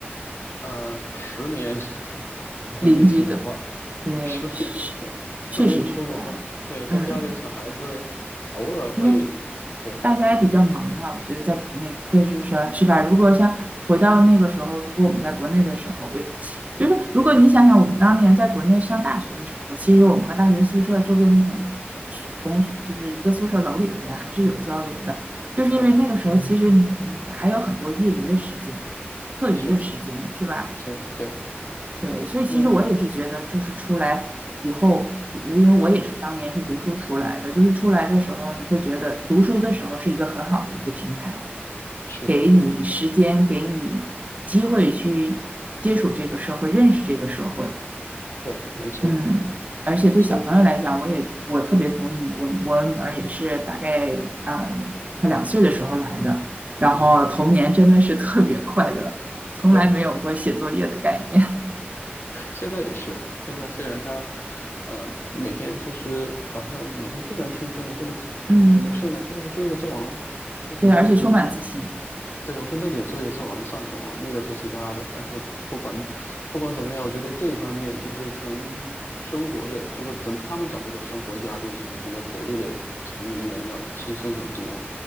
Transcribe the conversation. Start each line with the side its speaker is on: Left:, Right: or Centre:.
Left: 呃十年 <laughs>
Right: 邻居的，
Left: 都没有说过话，
Right: 对，
Left: 十年
Right: 是
Left: <laughs>
Right: 确实是这样，
Left: 都没有说过话。对，他家里小孩子偶尔会，
Right: 嗯。因为
Left: 对
Right: 大家也比较忙了，我觉得在国内，这就是说，是吧？如果像回到那个时候，如果我们在国内的时候，我就是如果你想想我们当年在国内上大学的时候，其实我们和大学宿舍周边的同同就是一个宿舍楼里的人还是有交流的，就是因为那个时候其实嗯还有很多业余的时间、
Left: 对
Right: 课余的时间，
Left: 是
Right: 是吧？
Left: 是，对，
Right: 对，所以其实我也是觉得，
Left: 那
Right: 就是出来以后，我因为我也是当年是读书出来的，就是出来的时候，你会觉得读书的时候是一个很好的一个平台，
Left: 是的，
Right: 给你时间，给你机会去接触这个社会，认识这个社会。
Left: 对，没错，
Right: 嗯，而且对小朋友来讲，
Left: 对，所以
Right: 我也我特别同意你，我我女儿也是大概嗯快两岁的时候来的，然后童年真的是特别快乐，
Left: 好。
Right: 从来没有过写作业的概念。
Left: 对。现在也是，现在虽然他，呃，每天就是好像每天非常轻松。我说你你也没事吗？
Right: <laughs> 嗯，
Left: 他说我作业都做完了。我说你那个
Right: 对，而且充满自信。
Left: 对，我说那点作业做完了算什么？你得做其他的。但是不管不管怎么样，我觉得这一方面就是从生活的，就是从他们角度的生活压力上，比在国内的同龄人要轻松很多。